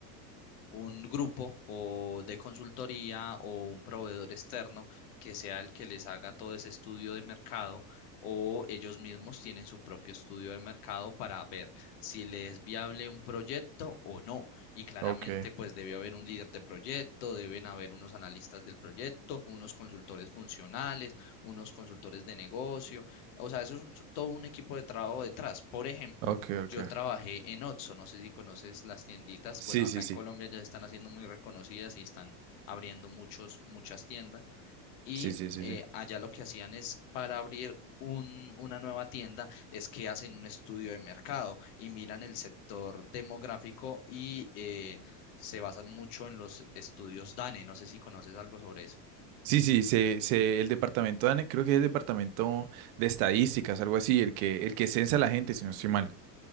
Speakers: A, on the left; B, on the right.
A: un grupo o de consultoría o un proveedor externo que sea el que les haga todo ese estudio de mercado o ellos mismos tienen su propio estudio de mercado para ver si les es viable un proyecto o no. Y claramente
B: okay,
A: pues debe haber un líder de proyecto, deben haber unos analistas del proyecto, unos consultores funcionales, unos consultores de negocio. O sea, eso es un- todo un equipo de trabajo detrás. Por ejemplo,
B: okay, ok.
A: yo trabajé en Otso, no sé si conoces las tienditas.
B: Sí,
A: Bueno, acá
B: sí,
A: en
B: sí,
A: Colombia ya se están haciendo muy reconocidas y están abriendo muchos, muchas tiendas. Y
B: sí, sí, sí,
A: eh,
B: sí.
A: allá lo que hacían es para abrir un- una nueva tienda, es que hacen un estudio de mercado y miran el sector demográfico y eh, se basan mucho en los estudios DANE. No sé si conoces algo sobre eso.
B: Sí, sí, se, se- el departamento de, ane- creo que es el departamento de estadísticas, algo así, el que, el que censa a la gente, si no estoy mal,